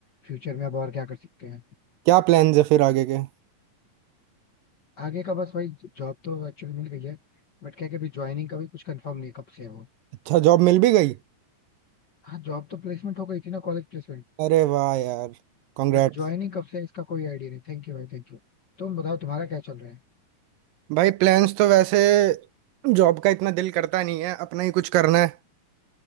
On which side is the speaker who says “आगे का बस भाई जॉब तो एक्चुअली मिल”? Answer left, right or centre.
Left